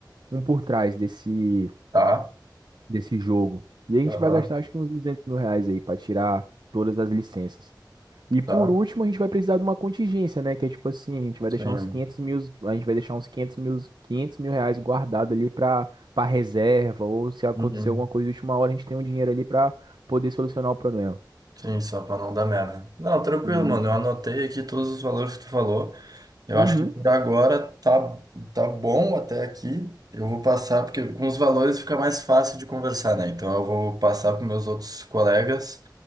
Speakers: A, on the right; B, on the right.
A: um por trás desse,
B: Tá,
A: desse jogo. E a gente
B: aham,
A: vai gastar acho que uns duzentos mil reais aí para tirar todas as licenças. E por
B: tá,
A: último, a gente vai precisar de uma contingência, né? Que é tipo assim, a gente vai deixar
B: sim.
A: uns quinhentos mil, a gente vai deixar uns 500 mil, quinhentos mil reais guardado ali para para reserva, ou se acontecer
B: Uhum.
A: alguma coisa de última hora, a gente tem um dinheiro ali para poder solucionar o problema.
B: Sim, só pra não dar merda. Não, tranquilo,
A: E...
B: mano. Eu anotei aqui todos os valores que tu falou. Eu
A: Uhum,
B: acho que por agora tá, tá bom até aqui. Eu vou passar, porque com os valores fica mais fácil de conversar, né? Então eu vou passar para meus outros colegas